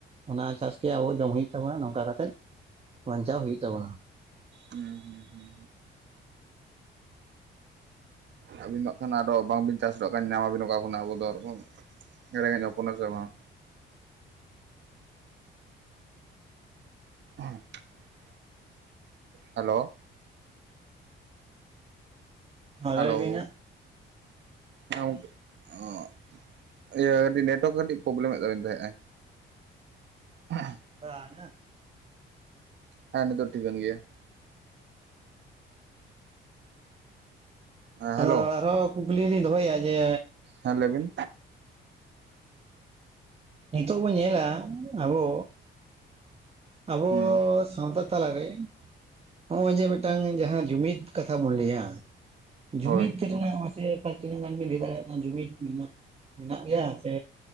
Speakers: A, on the right; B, on the right.
A: ᱚᱱᱟ ᱪᱟᱥ ᱜᱮ ᱟᱵᱚ ᱡᱚᱢ ᱦᱩᱭᱩᱜ ᱛᱟᱵᱚᱱᱟ ᱱᱚᱝᱠᱟ ᱠᱟᱛᱮᱫ ᱵᱟᱧᱪᱟᱣ ᱦᱩᱭᱩᱜ ᱛᱟᱵᱚᱱᱟ ᱾
B: ᱦᱩᱸ ᱦᱩᱸ ᱦᱩᱸ, ᱟᱹᱵᱤᱱ ᱫᱚᱜ ᱠᱷᱟᱱ ᱟᱫᱚ ᱵᱟᱝᱵᱤᱱ ᱪᱟᱥᱚᱜ ᱠᱷᱟᱱ ᱧᱟᱢᱟᱵᱤᱱ ᱚᱠᱟ ᱠᱷᱚᱱᱟᱜ ᱟᱵᱚ ᱫᱚ <inaudible> ᱮᱲᱮ ᱧᱚᱜ ᱦᱚᱯᱚᱱᱟ ᱥᱮ ᱵᱟᱝ? <unintelligible> ᱦᱮᱞᱳ,
A: ᱢᱟ
B: ᱦᱮᱞᱳᱻ
A: ᱞᱟᱹᱭ ᱵᱤᱱ ᱦᱟᱸᱜ
B: <inaudible> ᱤᱭᱟᱹ ᱱᱮᱴᱣᱟᱨᱠ ᱠᱟᱹᱴᱤᱡ ᱯᱨᱚᱵᱞᱮᱢᱮᱫ ᱛᱟᱵᱤᱧ ᱛᱟᱦᱮᱸᱜ ᱟᱭ ᱾ <unintelligible>
A: ᱵᱟᱝᱼᱟ,
B: ᱦᱮᱸ, ᱱᱤᱛᱳᱜ ᱴᱷᱤᱠᱟᱹᱱ ᱜᱮᱭᱟ ᱾ ᱦᱮᱸ
A: ᱟᱫᱚ
B: ᱦᱮᱞᱳ
A: ᱟᱨ ᱦᱚᱸ ᱠᱩᱠᱞᱤ ᱞᱤᱧ ᱫᱚᱦᱚᱭᱟ ᱡᱮ,
B: ᱦᱮᱸ ᱞᱮᱵᱤᱱ?
A: ᱱᱤᱛᱳᱜ ᱵᱚᱱ ᱧᱮᱞᱟ ᱟᱵᱚ ᱟᱵᱚ-ᱥ
B: ᱦᱩᱸ
A: ᱥᱟᱣᱛᱟ ᱛᱟᱞᱟ ᱨᱮ ᱱᱚᱜᱼᱚᱭ ᱡᱮ ᱢᱤᱫᱴᱟᱝ ᱡᱟᱦᱟᱸ ᱡᱩᱢᱤᱫ ᱠᱟᱛᱷᱟ ᱵᱚᱱ ᱞᱟᱹᱭᱟ, ᱡᱩᱢᱤᱫ
B: ᱦᱳᱭ
A: ᱨᱮᱱᱟᱜ ᱢᱟᱥᱮ ᱚᱠᱟ ᱛᱤᱱᱟᱹᱜ ᱜᱟᱱ ᱵᱤᱱ ᱞᱟᱹᱭ ᱫᱟᱲᱮᱭᱟᱜ ᱠᱟᱱᱟ ᱡᱩᱢᱤᱫ ᱢᱮᱱᱟᱜ ᱢᱮᱱᱟᱜ ᱜᱮᱭᱟ ᱥᱮ?